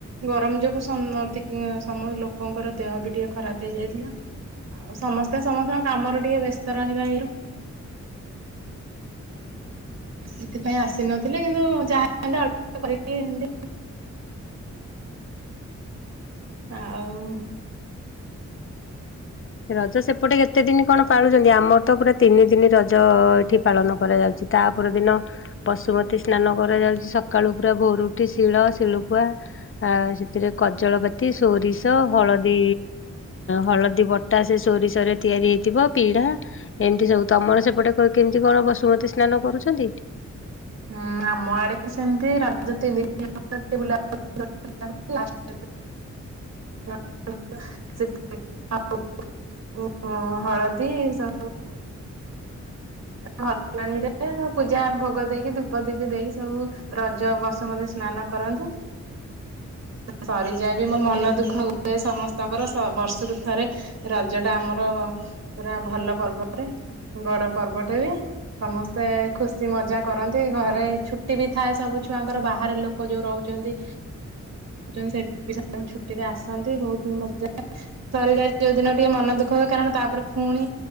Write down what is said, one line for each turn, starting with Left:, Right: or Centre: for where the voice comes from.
Right: ଗରମ ଯୋଗୁ ସମ ଅଧି ସମ ଲୋକଙ୍କର ଦେହ ବି ଟିକେ ଖରାପ ହେଇଯାଇଥିଲା। ଆଉ ସମସ୍ତେ ସମସ୍ତଙ୍କ କାମରେ ଟିକେ ବ୍ୟସ୍ତ ରହିବା ଇଏ ସେଥିପାଇଁ ଆସିନଥିଲେ କିନ୍ତୁ ଯାହା ହେଲେ ଅଳ୍ପ କରିକି ଏମିତି ଆଉ
Left: ରଜ ସେପଟେ କେତେ ଦିନି କଣ ପାଳୁଛନ୍ତି ଆମର ତ ପୁରା ତିନି ଦିନି ରଜ ଏଠି ପାଳନ କରାଯାଉଛି। ତା ପରଦିନ ବଶୁମତୀ ସ୍ନାନ କରାଯାଉଛି ସକାଳୁ ପୁରା ଭୋରୁଉଠି ଶିଳ ଶିଳୁପୁଆ ଆଉ ସେଥିରେ କଜଳପାତି ସୋରିଷ ହଳଦୀ ହଳଦୀ ବଟ ଟା ସେ ସୋରିଷ ରେ ତିଆରି ହେଇଥିବ ପିଢା ଏମିତି ସବୁ ତମର ସେପଟେ କେମିତି କଣ ବସୁମତୀ ସ୍ନାନ କରୁଛନ୍ତି?
Right: ହୁଁ ଆମ ଆଡେ ବି ସେମତି ରଜ ତିନି ଦିନି <unintelligible> <unintelligible> <unintelligible> ଆଉ ହଳଦୀ ସ ହଳଦୀ ପାଣିରେ ପୂଜା ଭୋଗ ଦେଇକି ଧୂପ ଦୀପ ଦେଇକି ସବୁ ରଜ ବସୁମତୀ ସ୍ନାନ କରନ୍ତି। ସରିଯାଏ ବି ମୋ ମନ ଦୁଃଖ ହୁଏ ସମସ୍ତଙ୍କର ସ ବର୍ଷକୁ ଥରେ ରଜ ଟା ଆମର ପୁରା ଭଲ ପର୍ବଟେ ବଡ ପର୍ବଟେ ବି। ସମସ୍ତେ ଖୁସି ମଜା କରନ୍ତି ଘରେ ଛୁଟି ବି ଥାଏ ସବୁ ଛୁଆଙ୍କର ବାହାରେ ଲୋକ ଲୋକ ଯୋଉ ରହୁଛନ୍ତି <unintelligible> ଛୁଟିରେ ଆସନ୍ତି ବୋହୁତ ମଜା ଥରେ ଯାଇଥିଲି ଯୋଉ ଦିନ ଟିକେ ମନ ଦୁଃଖ ହୁଏ କାରଣ ତାପରେ ପୁଣି